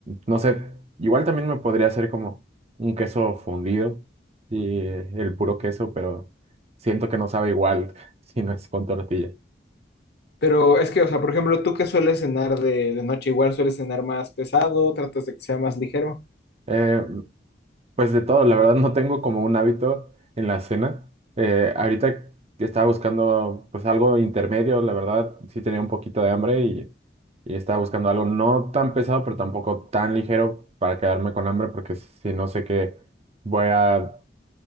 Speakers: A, on the right; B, on the left.
A: no sé, igual también me podría hacer como un queso fundido y eh, el puro queso, pero siento que no sabe igual <laughs> si no es con tortilla.
B: Pero es que, o sea, por ejemplo, ¿tú qué sueles cenar de, de noche? Igual sueles cenar más pesado, tratas de que sea más ligero.
A: Eh, Pues de todo, la verdad no tengo como un hábito en la cena. Eh, ahorita que estaba buscando pues algo intermedio, la verdad sí tenía un poquito de hambre y, y estaba buscando algo no tan pesado, pero tampoco tan ligero para quedarme con hambre, porque si no sé que voy a